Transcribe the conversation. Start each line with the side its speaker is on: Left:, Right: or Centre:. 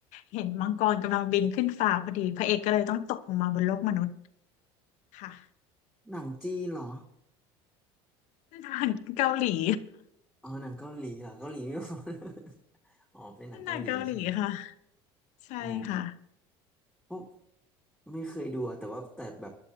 Left: เห็นมังกรกำลังบินขึ้นฟ้าพอดีพระเอกก็เลยต้องตกลงมาบนโลกมนุษย์ ค่ะ
Centre: หนังจีนเหรอ
Left: เป็นอาหารเกาหลี
Centre: อ๋อหนังเกาหลีเหรอเกาหลีไม่พอ <laughs> อ๋อเป็นหนังเกาหลีใช่ไหม
Left: เป็นอาหนังเกาหลีค่ะใช่ค่ะ
Centre: อ๋อ ก็ไม่เคยดูอะแต่ว่าแต่แบบ